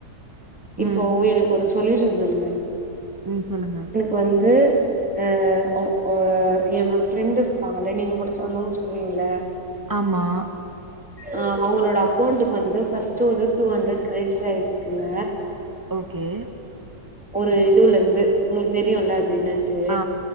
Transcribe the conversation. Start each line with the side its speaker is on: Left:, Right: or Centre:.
Centre: இப்போ
Right: ம்
Centre: எனகோரு சொல்யூஷன் சொல்லுங்க
Right: ம் சொல்லுங்க
Centre: வந்து அ ஒ ஓ என்னோட ஃப்ரெண்டுருப்பாங்கல்ல நீங்க கூட சொல்லனு சொல்லுவீங்கள
Right: ஆமா
Centre: அ அவங்களோட அக்கௌண்ட்டுக்கு வந்து ஃபர்ஸ்ட்டு ஒரு டூ ஹண்ட்ரட் க்ரெடிட் ஆயிருக்குங்க
Right: ஓகே
Centre: ஒரு இதுவுலந்து உங்களுக்கு தெரியுல அது என்னான் டு
Right: ஆ